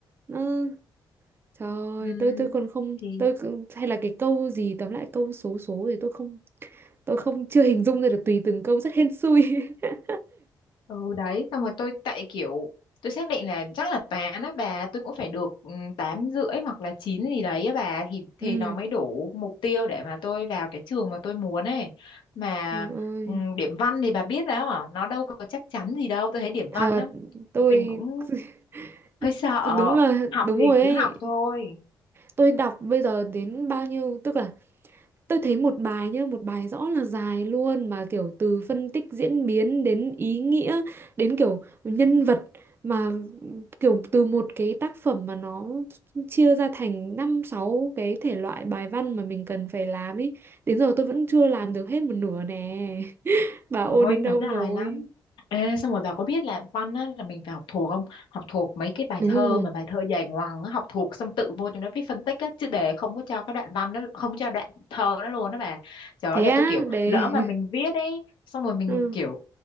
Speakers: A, on the right; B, on the left.
A: Ừ. Trời ơi,
B: Ừm,
A: tôi tôi còn không
B: thì
A: tôi cứ- hay là cái câu gì tóm lại câu số số thì tôi không tôi không chưa hình dung ra được tùy từng câu rất hên xui. <laughs>
B: ừ đấy xong rồi tôi tại kiểu tôi xác định là chắc là toán á bà tôi cũng phải được ừm, tám rưỡi hoặc là chín gì đấy á bà thì thì
A: Ừ,
B: nó mới đủ mục tiêu để mà tôi vào cái trường mà tôi muốn ấy mà
A: trời ơi,
B: ừm, điểm văn thì bà biết đó hả? nó đâu có chắc chắn gì đâu tôi thấy điểm văn
A: thật
B: á
A: tôi
B: mình cũng
A: <laughs>
B: hơi sợ
A: đúng là
B: học
A: đúng
B: thì
A: rồi
B: cứ
A: ấy.
B: học thôi
A: Tôi đọc bây giờ đến bao nhiêu tức là Tôi thấy một bài nhá, một bài rõ là dài luôn mà kiểu từ phân tích diễn biến đến ý nghĩa đến kiểu nhân vật mà kiểu từ một cái tác phẩm mà nó chia ra thành năm sáu cái thể loại bài văn mà mình cần phải làm ấy. Đến giờ tôi vẫn chưa làm được hết một nửa nè. <laughs> Bà
B: Trời
A: ôn
B: ơi,
A: đến
B: nó
A: đâu
B: dài
A: rồi?
B: lắm. Ê, xong rồi bà có biết là văn á, là mình phải học thuộc không? Học thuộc mấy cái bài
A: Đúng,
B: thơ
A: rồi.
B: mà bài thơ dài ngoằng á, học thuộc xong tự vô cho nó viết phân tích á, chứ để không có cho cái đoạn văn đó, không có cho đoạn thơ đó luôn đó bà. Trời
A: thế
B: ơi là
A: á,
B: tôi kiểu
A: đề.
B: lỡ mà mình
A: <laughs>
B: viết ấy, xong rồi mình
A: Ừ.
B: kiểu